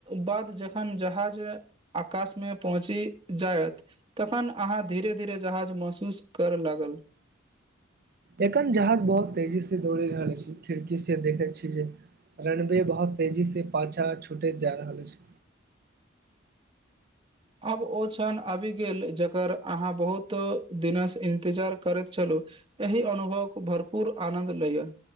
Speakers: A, on the right; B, on the right.
A: बाद जखन जहाज आकाश मे पहुँची जायत तखन अहाँ धीरे धीरे जहाज महसूस करय लागल
B: एखन जहाज बहुत तेजी से दौड़े रहल छी खिड़की से देखै छी जे रनवे बहुत तेजी से पाछा छूटैत जा रहल अछि
A: आब ओ क्षण आबि गेल जकर अहाँ बहुत दिनसँ इंतजार करैत छलु एहि अनुभव क भरपूुर आनन्द लयअ